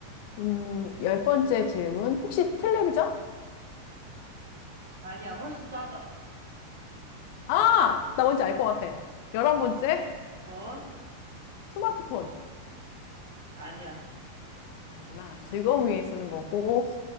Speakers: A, on the left; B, on the right.
A: 음, 열 번째 질문. 혹시 텔레비전?
B: 아니야, 훨씬 작아.
A: 아, 나 뭔지 알 것 같아. 열한
B: 어,
A: 번째
B: 어?
A: 스마트폰.
B: 아니야.
A: 아니구나. 즐거움 위해 쓰는 거고,